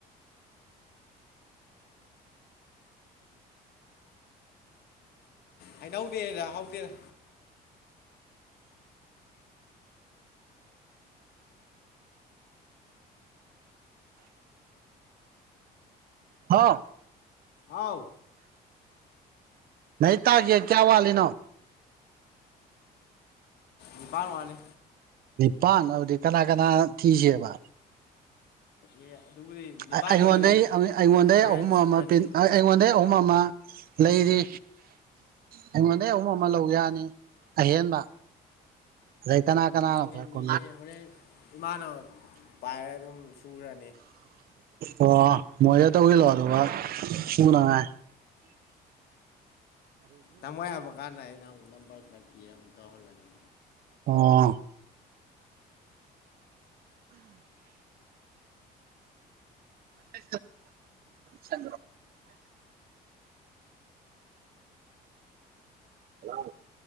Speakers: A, on the left (about 70°); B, on the right (about 60°).
A: ꯑꯅꯧꯗꯦꯗ ꯍꯥꯎꯗꯦꯔ
B: ꯍꯥ
A: ꯑꯥꯎ
B: ꯅ ꯇꯥꯒꯤ ꯀꯌꯥ ꯋꯥ ꯏꯅꯣ
A: ꯅꯤꯄꯥꯟꯋꯥꯅꯤ
B: ꯄ ꯍꯧꯗꯤ ꯀꯅꯥ ꯀꯅꯥ ꯊꯤꯁꯤꯦꯕ
A: ꯑꯦ ꯑꯗꯨꯕꯨꯗꯤ ꯅꯤꯄꯥꯟꯗꯨꯕꯨꯗꯤ
B: ꯑꯩꯉꯣꯟꯗꯩ ꯑꯩꯉꯣꯟꯗꯩ
A: ꯍꯣꯔꯦꯟ
B: ꯑꯍꯨꯝ
A: ꯁꯨꯔꯅꯤ
B: ꯑꯃ ꯄ ꯑꯩꯉꯣꯟꯗꯩ ꯑꯍꯨꯝ ꯑꯃ ꯂꯩꯔꯤ ꯑꯩꯉꯣꯟꯗꯩ ꯑꯍꯨꯝ ꯑꯃ ꯂꯧ ꯌꯥꯅꯤ ꯑꯍꯦꯟꯕ ꯔꯥꯏ ꯀꯅꯥ ꯀꯅꯥꯅꯣ
A: ꯂꯩꯅꯦ
B: ꯈꯔ
A: ꯃꯤꯅꯦ
B: ꯀ
A: ꯍꯣꯔꯦꯟ ꯏꯃꯥꯅ ꯄꯥꯏꯔ ꯑꯗꯨꯝ ꯁꯨꯔꯅꯤ
B: ꯑꯣ ꯃꯖꯥ ꯇ ꯑꯣꯏꯒ ꯂ ꯑꯗꯨꯕꯥ ꯁꯅ
A: ꯇꯝꯃꯥꯏ ꯍꯥꯏꯕ ꯀꯥꯟꯗ ꯑꯩꯅ ꯅ ꯈꯄꯤ ꯑꯃꯨ ꯇꯍꯜꯂꯅꯤ
B: ꯑꯣ ꯅ ꯁ ꯍꯂ